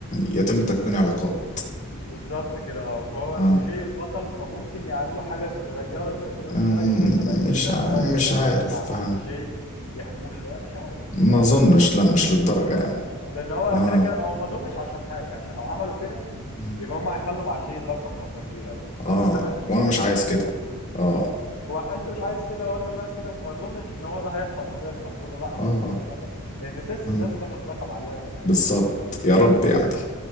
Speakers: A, on the left; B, on the left.
A: يتم تكوين علاقات
B: بالظبط كده اه فهو
A: اه
B: وجي البطل فممكن يعملوا حاجة صغيرة زي البوليت
A: أم،
B: لاين مثلا
A: مش
B: كده
A: ع...
B: اللي هو
A: مش
B: يبقوا مثلا
A: عارف
B: مع
A: بقى.
B: جي يحموه شوية مش عارف الصراحة
A: ما اظنش لا مش للدرجة
B: ما اظنش
A: يعني
B: لان هو
A: اه
B: كده كده هو ما اظنش عشان حاجه عشان لو عملوا كده
A: مم.
B: يبقى هم هيخلوا مع جي اللقب فتره كبيره بقى
A: اه
B: وده ما اظنش
A: وانا مش
B: انه
A: عايز
B: هيحصل
A: كده
B: اظن
A: اه
B: أظن- هو انت مش عايز كده وانا مش عايز كده وما اظنش ان هو ده هيحصل اساسا اظن لا هيخسروه
A: اه
B: اللقب لان سيس
A: اه
B: لازم ياخد اللقب عاجلا ام اجلا
A: بالظبط
B: يعني
A: يا رب يعني